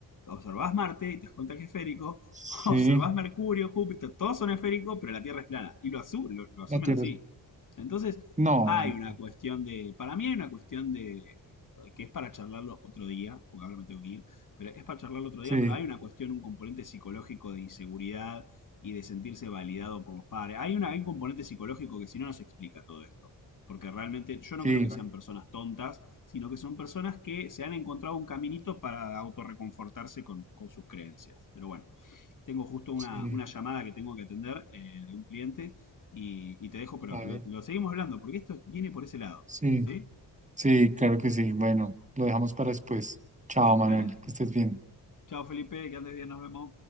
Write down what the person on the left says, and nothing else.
observás Marte y te das cuenta que es esférico,
<laughs> observás Mercurio, Júpiter, todos son esféricos, pero la Tierra es plana. Y lo, asu- lo, lo asumen
así.
Entonces,
hay
una
cuestión de, para mí hay una cuestión de, que es para charlarlo otro día, porque ahora me tengo que ir pero es para charlarlo otro día,
pero hay una cuestión, un componente psicológico de inseguridad y de sentirse validado por los padres. Hay, una, hay un componente psicológico que si no nos explica todo esto. Porque realmente yo no
creo que sean personas tontas, sino que son personas que se han encontrado un caminito para autorreconfortarse con, con sus creencias. Pero bueno, tengo justo una,
una llamada que tengo que atender eh, de un cliente y, y te dejo, pero
lo,
lo seguimos hablando porque esto viene por ese lado.
¿Sí?
Dale, dale.
Chao Felipe, que andes bien, nos vemos.